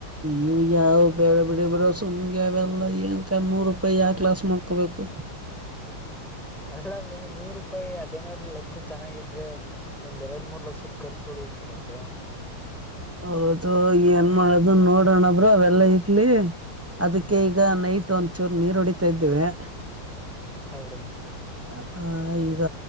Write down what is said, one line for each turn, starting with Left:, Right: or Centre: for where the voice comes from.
Right: ಅಯ್ಯ ಯಾವ್ ಬೇಡ ಬಿಡ ಬರ ಸುಮ್ಗೆ ಅವೆಲ್ಲ ನ್ಕ ನೂರು ರೂಪಾಯಿ ಯಾವ ಗ್ಲಾಸ್ ಮಾಡ್ಕೋಬೇಕು ಹ
Centre: ಅಲ್ಲ ನೂರು ರೂಪಾಯಿ ಹದಿನನೂರ ಲಕ್ಕು ಚೆನ್ನಾಗಿದ್ರೆ ಒಂದ್ ಎರಡು ಮೂರ್ ಲಕ್ಷ ಸತ್ ರ್ಚುಳಿ ಇರ್ತಾರಬ್
Right: ಹೌದು ಏನ್ ಮಾಡೋದು ನೋಡೋಣಬ್ರ ಅವೆಲ್ಲ ಇರ್ಲಿ ಅದಕ್ಕೆ
Centre: ಹ್ಮ
Right: ಈಗ ನೈಟ್ ಒಂದ್ಚೂರು ನೀರು ಹೊಡಿತಾ ಇದ್ದೇವೆ
Centre: ಹೌರು
Right: ಹ ಈಗ